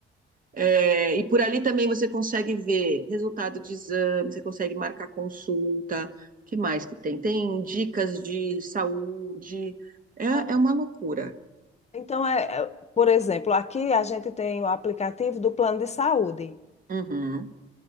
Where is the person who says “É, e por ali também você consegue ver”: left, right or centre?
Right